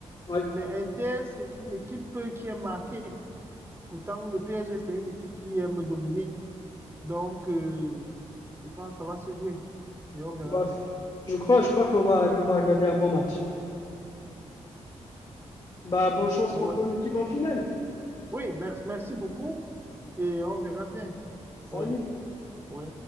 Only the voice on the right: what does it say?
Mais Inter, c'est une équipe euh, qui est marquée. Pourtant, le PSG, c'est une équipe qui aime dominer. Donc, euh, je pense que ça va se jouer. Et on verra
bien.
Ouais.
Oui, merci, merci beaucoup. Et on verra bien.
Oui, oui.